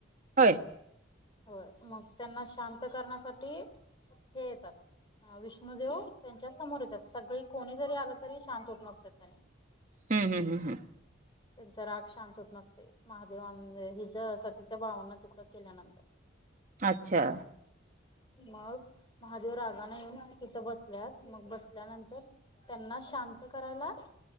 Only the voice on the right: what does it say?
हय
हम्म हम्म हम्म हम्म
अच्छा